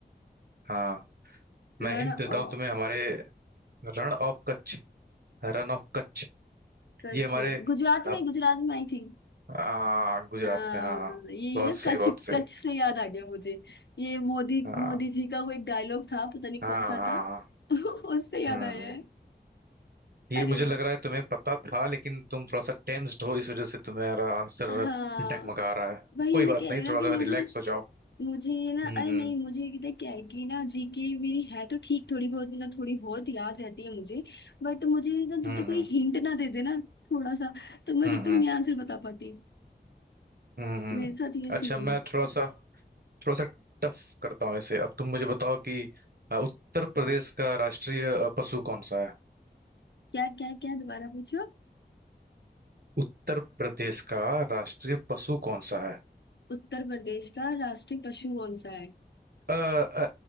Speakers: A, on the right (about 60°); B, on the left (about 80°).
A: हाँ
B: Rann
A: मैं हिंट
B: of
A: देता हूँ तुम्हें हमारे रण ऑफ कच्छ रन ऑफ कच्छ
B: Kutch
A: ये हमारे
B: Gujarat
A: अब,
B: में गुजरात में आई थी।
A: आ, गुजरात
B: हाँ
A: में हाँ
B: यही
A: बहुत
B: ना
A: सही
B: कच
A: बहुत सही
B: कच से याद आ गया मुझे ये मोदी
A: हाँ
B: मोदी जी का वो एक डायलॉग था पता नहीं
A: हाँ
B: कौन सा
A: हाँ
B: था <laughs> उससे याद
A: हम्म
B: आया है
A: ये
B: अरे
A: मुझे
B: वाह
A: लग रहा है तुम्हें पता था लेकिन तुम थोड़ा सा टेंस्ड हो इस वजह से तुम्हारा आंसर
B: हाँ
A: डगमगा रहा है
B: वही
A: कोई
B: मैं
A: बात
B: कह रही
A: नहीं
B: हूँ ना
A: थोड़ा
B: कि मुझे
A: सा रिलैक्स हो जाओ
B: मुझे ये ना
A: हम्म
B: अरे नहीं मुझे ये कितना क्या है कि ना जीके मेरी है तो ठीक थोड़ी बहुत मतलब थोड़ी बहुत याद रहती है मुझे बट मुझे ना जब
A: हम्म
B: तक
A: हम्म
B: कोई
A: हम्म
B: हिंट ना दे दे ना थोड़ा सा तो मैं
A: हम्म
B: जब तक
A: हम्म,
B: नहीं आंसर बता पाती
A: हम्म। हम्म।
B: मेरे साथ ये
A: अच्छा
B: सीन
A: मैं
B: है
A: थोड़ा सा थोड़ा सा टफ करता हूँ इसे अब तुम मुझे बताओ कि अ, उत्तर प्रदेश का राष्ट्रीय अ, पशु कौन सा है
B: क्या क्या क्या दोबारा पूछो
A: उत्तर प्रदेश का राष्ट्रीय पशु कौन सा है
B: उत्तर प्रदेश का राष्ट्रीय पशु कौन सा है
A: अ, अ,